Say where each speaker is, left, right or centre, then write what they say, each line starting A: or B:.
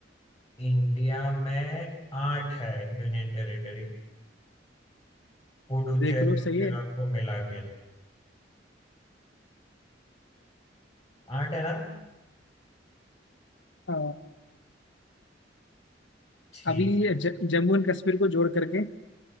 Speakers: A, on the left (about 20°); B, on the left (about 85°).
A: इंडिया में आठ है यूनियन टेरिटरी पुडुचेरी
B: देख लो
A: वगैरह
B: सही है
A: को मिला के आठ है ना
B: आ,
A: ठीक
B: अभी ज, जम्मू एंड कश्मीर को जोड़ करके